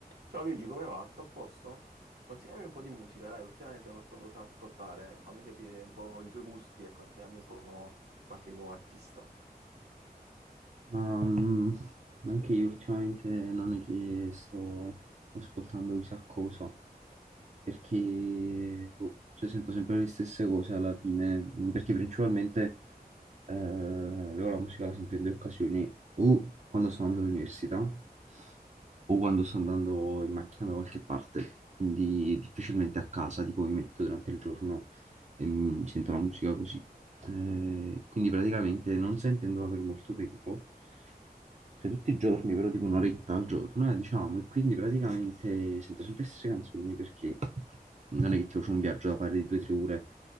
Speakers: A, on the right; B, on the right.
A: Ciao Luigi, come va? Tutto a posto? Consigliami un po' di musica, dai, ultimamente non so cosa ascoltare. Fammi sapere un po' i tuoi gusti e consigliami un po' qualche nuovo artista.
B: Ma mm, anche io ultimamente non è che sto ascoltando chissà cosa, perché boh, cioè, sento sempre le stesse cose alla fine, mm, perché principalmente eh, io la musica la sento in due occasioni, o quando sto andando all'università, o quando sto andando in macchina da qualche parte, quindi difficilmente a casa, tipo mi metto durante il giorno e mi sento la musica così. Eh, quindi praticamente non sentendola per molto tempo cioè tutti i giorni, però tipo un'oretta al giorno, eh, diciamo, e quindi praticamente sento sempre le stesse canzoni perché non è che tipo c'ho un viaggio da fare di due o tre ore,